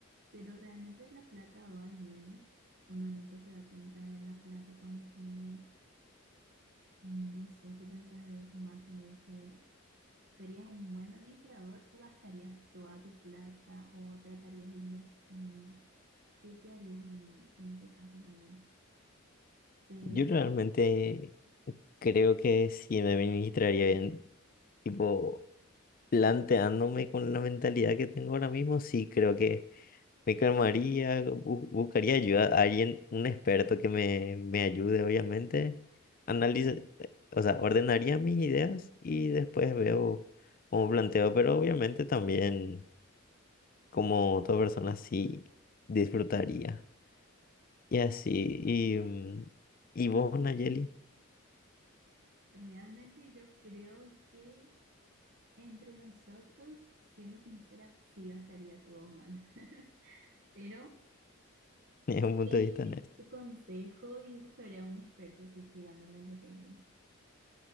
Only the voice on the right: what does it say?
Pero realmente la plata va y viene. Uno nunca se da cuenta de la plata cuando tiene. y No sé qué pensás de eso, Mati, de que serías un buen administrador o gastarías toda tu plata o tratarías de invertir. ¿Qué, qué harías en, en ese caso también? Te-
realmente yo creo que Entre nosotros, siendo sincera, sí gastaría todo mal, <laughs> pero
seguiré
tu consejo y buscaré a un experto si es que gano la lotería.